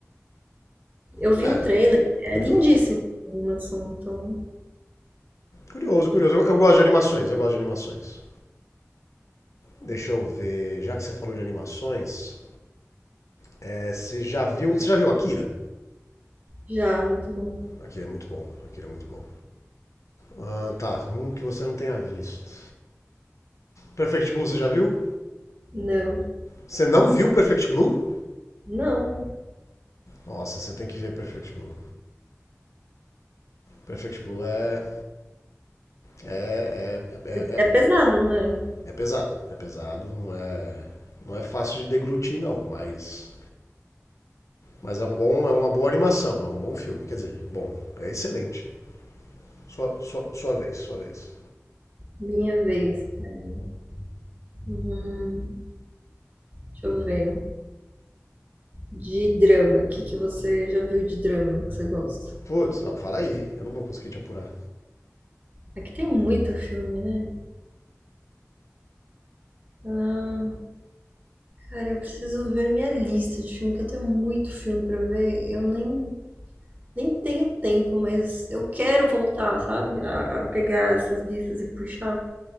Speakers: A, on the right (about 30°); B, on the left (about 75°).
A: Eu vi
B: É,
A: o trailer, é
B: curioso.
A: lindíssimo a animação, então
B: Curioso, curioso. Eu, eu gosto de animações, eu gosto de animações. Deixa eu ver. Já que você falou de animações, é, você já viu. Você já viu Akira?
A: já, muito bom.
B: Akira é muito bom. Akira é muito bom. Ah, tá, um que você não tenha visto. Perfect Blue, você já viu?
A: Não,
B: Você não viu Perfect Blue?
A: não,
B: Nossa, você tem que ver Perfect Blue. Perfect Blue é. É, é, é,
A: é pesado,
B: é,
A: não é?
B: é pesado. É pesado, não é. Não é fácil de deglutir, não, mas. Mas é um bom, é uma boa animação, é um bom filme. Quer dizer, bom, é excelente. Sua, sua, sua vez, sua vez.
A: Minha vez, cara. Hum, deixa eu ver. De drama, o que que você já viu de drama que você gosta?
B: Putz, não, fala aí. Eu não vou conseguir te apurar.
A: É que tem muito filme, né? Ah, cara, eu preciso ver minha lista de filme, que eu tenho muito filme pra ver. e Eu nem, nem tenho tempo, mas eu quero voltar, sabe? A, a pegar essas listas e puxar.